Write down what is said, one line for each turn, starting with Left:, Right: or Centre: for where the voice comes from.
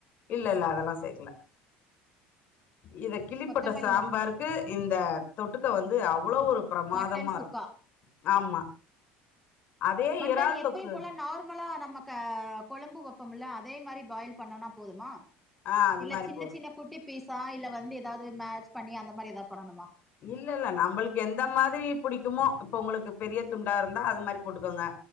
Left: இல்லல்ல அதெல்லா சேக்கல இத கிள்ளி
Centre: கொத்தமல்லி
Left: போட்ட சாம்பாருக்
Centre: மட்டு
Left: க்கு இந்த தொட்டுக்க வந்து அவ்ளோ ஒரு பிரமாதமா
Centre: மட்டன்
Left: இருக்கு
Centre: சுக்கா
Left: ஆமா அதே
Centre: மட்டன
Left: இறால்
Centre: எப்பயு
Left: தொக்கு
Centre: போல நார்மலா நம்ம க கொழும்பு வெப்பமில்ல அதே மாறி பாயில் பண்ணனா போதுமா
Left: ஆ அது
Centre: இல்ல
Left: மாரி
Centre: சின்ன
Left: போது
Centre: சின்ன குட்டி பீஸா இல்ல வந்து ஏதாது மேட்ச் பண்ணி அந்த மாறி ஏதாது பண்ணனுமா
Left: இல்லல்ல நம்ளுக்கு எந்த மாதிரி புடிக்குமோ இப்ப உங்ளுக்கு பெரிய துண்டா இருந்தா அது மாரி போட்டுகோங்க